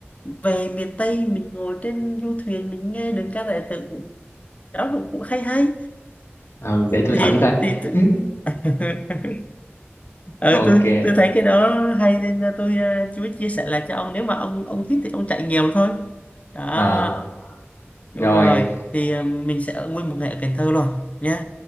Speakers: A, on the left; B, on the left.
A: về miền Tây mình ngồi trên du thuyền mình nghe đơn ca tài tử cũng đó cũng, cũng hay hay
B: ừ để tôi
A: thì
B: thử coi
A: thì tôi
B: Ừ,
A: <laughs> ừ,
B: ok
A: tôi tôi thấy cái đó hay nên là tôi à, chú ý chia sẻ lại cho ông nếu mà ông ông thích thì ông chạy nhiều thôi đó
B: ờ
A: đúng
B: rồi
A: rồi thì à, mình sẽ ở nguyên một ngày ở Cần Thơ luôn nhé